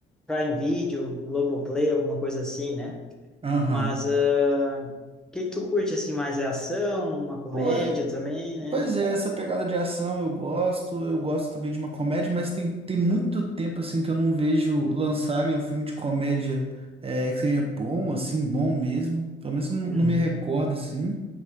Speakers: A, in the centre; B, on the right.
A: Prime Video, Globoplay, alguma coisa assim, né?
B: aham.
A: Mas ah, o que que tu curte, assim, mais é ação, uma comédia
B: Pô,
A: também, né?
B: Pois é, essa pegada de ação eu gosto, eu gosto também de uma comédia, mas tem, tem muito tempo assim que eu não vejo lançarem um filme de comédia é, que seja bom, assim, bom mesmo. Pelo menos eu não,
A: Uhum.
B: não me recordo, assim.